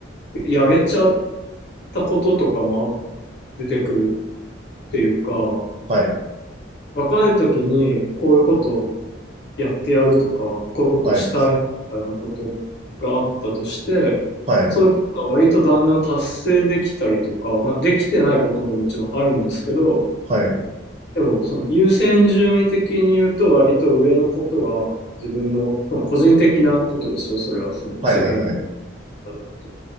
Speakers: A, on the left; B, on the right.
A: やれちゃったこととかも出てくるっていうか、
B: はい。
A: 若い時にこういうことやってやるとか、こういうことしたいみたいなことがあったとして、
B: はい、はい、
A: そういうことが割とだんだん達成できたりとか、まあできてないことももちろんあるんですけど、
B: はい、は
A: でも、その優先順位的に言うと、割と上のことが、自分の、その個人的なことですよ、それは、その世間と
B: い、はい、はい。
A: かじゃなくて、